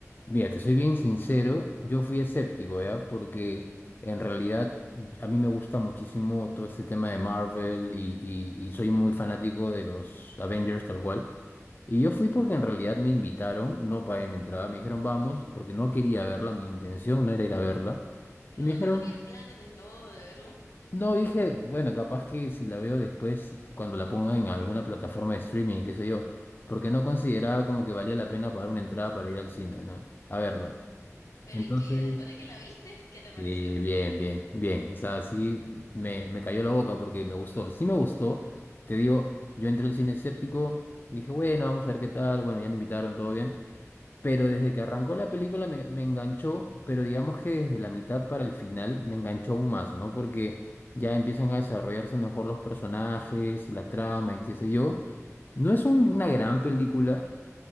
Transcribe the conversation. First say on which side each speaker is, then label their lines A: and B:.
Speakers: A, on the left; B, on the left.
A: Mira, te soy bien sincero, yo fui escéptico, ¿ya? Porque en realidad a mí me gusta muchísimo todo este tema de Marvel y, y y soy muy fanático de los Avengers tal cual. Y yo fui porque en realidad me invitaron, no pagué mi entrada, me dijeron vamos, porque no quería verla, mi intención no era ir a verla.
B: No,
A: Y me dijeron,
B: no tenías planes del todo de verla.
A: no, dije, bueno, capaz que si la veo después, cuando la pongan en alguna plataforma de streaming, qué sé yo, porque no consideraba como que valía la pena pagar una entrada para ir al cine, ¿no? A verla.
B: Pero
A: Entonces,
B: ¿y qué? Después de que la viste, ¿qué te pareció?
A: sí, bien, bien, bien. O sea, sí me, me cayó la boca porque me gustó. Sí me gustó, te digo, yo entré al cine escéptico, dije, bueno, vamos a ver qué tal, bueno, ya me invitaron, todo bien. Pero desde que arrancó la película me, me enganchó, pero digamos que desde la mitad para el final me enganchó aún más, ¿no? Porque ya empiezan a desarrollarse mejor los personajes y la trama y qué sé yo. No es un- una gran película,